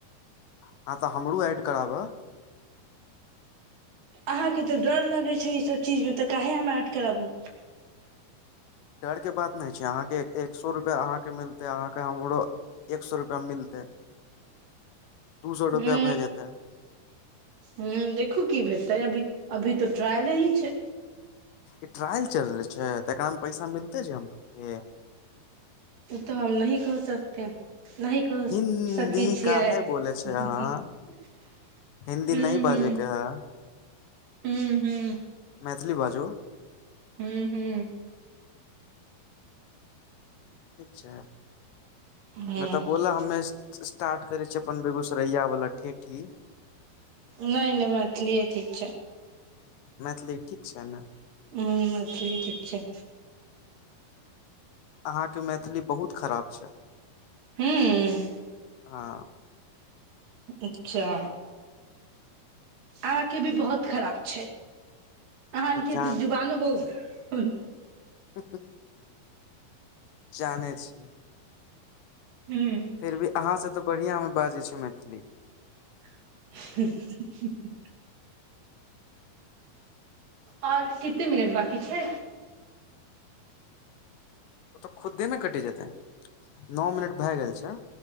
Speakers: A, on the left; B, on the right.
A: <unintelligible>
B: अहाँके तऽ डर लगैत छै ईसभ चीजमे तऽ काहे हम ऐड कराबू
A: डरके बात नहि छै अहाँके एक सए रुपैआ अहाँके मिलतै अहाँके हमरो एक सए रुपैआ मिलतै दू सए
B: हू
A: रुपआ भए जेतै
B: ह देखू की भेटर तै अभी अभी तऽ ट्रायल ही छै
A: ई ट्रायल चल रहल छै तऽ एकरामे पैसा मिलते छै हमरोके
B: ओ तऽ हम नहिह कह सकते नहिी कह
A: हिन्दी
B: सकै छियै
A: काहे बोले छै
B: ह्म
A: अहाँ हिन्दी नहि बाजे
B: ह
A: के है
B: ह्म हू
A: मजली बाजू
B: हू हू
A: अच्छा नहि
B: हूँ
A: तऽ बोल हमे स्टार्ट करै छियै अपन बेगूसरैय वालला ठेठी
B: नहि नहि मैथिलीए ठीक छै
A: मैथिली ठीक छै ने
B: ह मैथिलली ठीक छै
A: अहाँके मैथिली बहुत खराब छै
B: हँ
A: हँ
B: अच्छा आके भी बहुत खराब छै आ ह के
A: जा
B: त जु बानो बहुत ब
A: ह जानै छियै
B: हूँ
A: फिर भी अहाँ से तऽ बढ़ियां मे बाजै छी मैथिली
B: <inaudible> आओर किते मिनट बकी छै
A: ओ तऽ खुदे ने कटि जेते नओ मिनट भए गेल छै